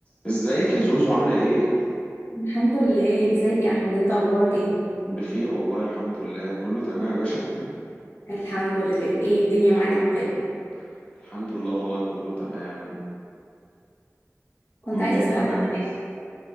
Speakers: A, on the left; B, on the left.
A: ازيك يا زوزو عاملة ايه؟
B: الحمد لله ازيك يا احمد انت اخبارك ايه
A: بخير والله الحمد لله كله تمام يا باشا
B: الحمد لله ايه الدنيا معاك
A: يا رب
B: عامله
A: ده
B: ايه
A: الحمد لله والله كله تمام
B: كنت
A: الأمور
B: عايزه اسالك
A: تمام
B: عن حاجه